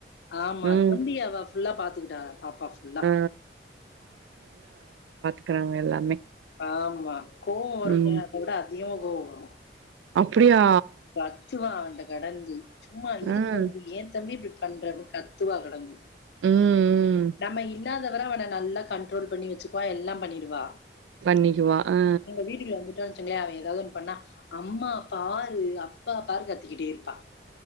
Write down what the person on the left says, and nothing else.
ஆமா
தம்பி அவ ஃபுல்லா பாத்துக்கிட்டா பாப்பா ஃபுல்லா
ஆமா கோவோ வருந்த
கூட அதிகமா கோவோ வரு
பாத் ச்சுவா அவுண்ட கடந்து சும்மா இருது
தம்பி ஏ தம்பி இப்பிடி ப பண்றனு கத்துவா கடந்து
நம்ம இல்லாதவர வன நல்லா கண்ட்ரோல் பண்ணி வச்சுக்குவா எல்லா பண்ணிடுவா
எங்க வீடுல வந்துட்டு வச்சிங்களே அவே எ எதாவது ஒன்னு பண்ணா அம்மா பால் து அப்பாப்பாரு கத்துக்கிட்டே இருப்பா